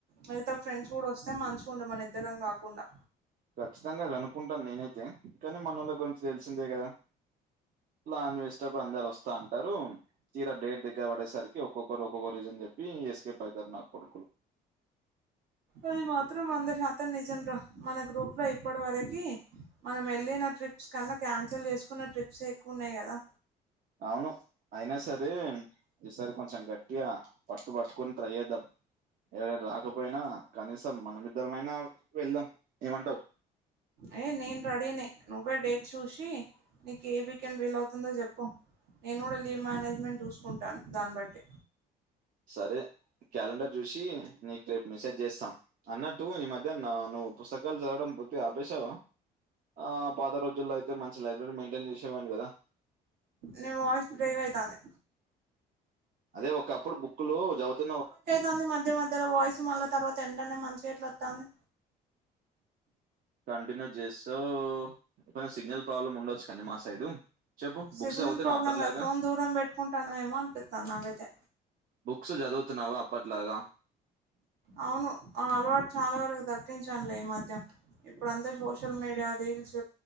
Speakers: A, on the right; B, on the right.
A: మిగతా ఫ్రెండ్స్ కూడా వస్తే మంచిగా ఉండు మన ఇద్దరం కాకుండా
B: ఖచ్చితంగా కనుకుంటాను నేనైతే కానీ మనోళ్ల గురించి తెలిసిందే కదా నాన్ వెజిటబుల్ అందరు వస్తా అంటారు తీర డేట్ దగ్గర పడేసరికి ఒక్క ఒక్కొక్క రీజనచెప్పు ఎస్కప్ అయితారు నా కొడుకులు
A: అది మాత్రం వంద శాంతం నిజం రా మన గ్రూప్ లో ఇప్పటి వరకి మనం వెళ్ళిన ట్రిప్స్ కన్నా క్యాన్సల్ చేసుకున్న ట్రిప్స్ ఎ ఎక్కువున్నాయి కదా
B: అవును అయినా సరే ఈసారి కొంచెం గట్టిగా పట్టు పట్టుకొని ట్రై చేద్దాం ఎవరయినా రాకపోయినా కనీసం మనమిద్దరమైనా వెళ్దాం ఏమంటావు
A: ఏయ నేను రెడీనే నువ్వే డేట్ చూసి నీకు ఏ వీకెండ్ విలవ్ తుందో చెప్పు నేను కూడా లీవ్ మేనేజ్మెంట్ చూసుకుంటాను దాన్ని బట్టి
B: సరే క్యాలెండర్ చూసి నీకు రేపు మిసేజ్ చేస్తాను అన్నటు ఈ మధ్య నా నువు పుస్తకాలు చదవడం పూర్తిగా ఆపేశావ ఆ పాత రోజుల్లో అయితే మంచి లైబ్రరీ మెయింటైన్ చేసేవాడిని కదా
A: నీ వాయిస్ బ్రేక్ అయితాంది
B: అదే ఒకప్పుడు బుక్లు చదువుతున్న
A: తుంది మధ్య మధ్యలో వాయిసు మళ్ళా తర్వాత ఎంటనే మంచిగా ఎట్ల వస్తుంది
B: కంటిన్యూ చేస్తూ కొంచెం సిగ్నల్ ప్రాబ్లమ్ ఉండ కానీ మా సైడ్ చెప్పు
A: సిగ్నల్
B: బుక్స్ చదువుతున్నావా
A: ప్రాబ్లం
B: అప్పటిలాగా
A: కాదు ఫోన్ దూరం పెట్టుకుంటానమేమో అనిపిత్తాంది నాకైతే
B: బుక్స్ చదువుతున్నావ అప్పట్లాగా
A: అవును ఆ అలవాటు చాలా వరకు తగ్గించలునే ఈ మధ్య ఇప్పుడు అంతా సోషల్ మీడియా రీల్స్